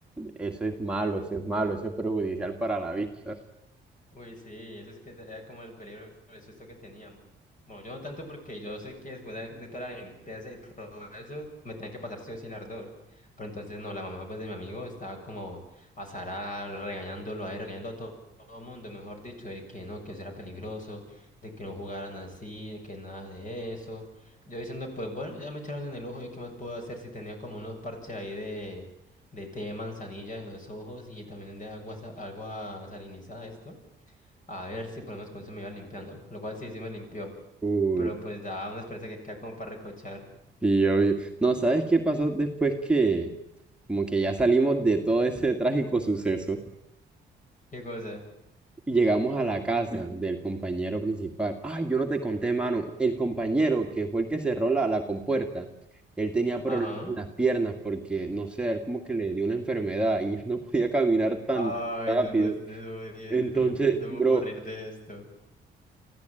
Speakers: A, in the centre; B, on the left (about 40°).
A: eso es malo, eso es malo, eso es perjudicial para la vista.
B: Uy, sí, eso es que era como el peligro, el susto que teníamos. Bueno, yo no tanto porque yo sé que después de, de toda la limpieza y todo eso, me tenía que pasar sí o sí el ardor. Pero entonces, no, la mamá pues, de mi amigo estaba como azarada, regañándolo ahí, regañando a to- todo el mundo, mejor dicho, de que no, que eso era peligroso, de que no jugaran así, de que nada de eso. Yo diciendo, pues bueno, ya me echaron en el ojo, ¿yo qué más puedo hacer si tenía como unos parches ahí de, de té de manzanilla en los ojos y también de agua, sa- agua salinizada, esto? A ver si por lo menos con eso me iba limpiando. Lo cual sí, sí me limpió.
A: Uy,
B: Pero pues da una experiencia que queda como para recochar.
A: sí, obvio. No, ¿sabes qué pasó después que como que ya salimos de todo ese trágico suceso?
B: ¿Qué cosa?
A: Y llegamos a la casa del compañero principal. Ay, yo no te conté, mano. El compañero que fue el que cerró la, la compuerta, él tenía problemas
B: Ajá.
A: en las piernas porque, no sé, él como que le dio una enfermedad y <laughs> él no podía caminar tan
B: Ay,
A: rápido.
B: no me estoy jodiendo.
A: Entonces,
B: No, no
A: bro,
B: me puedo reír de esto.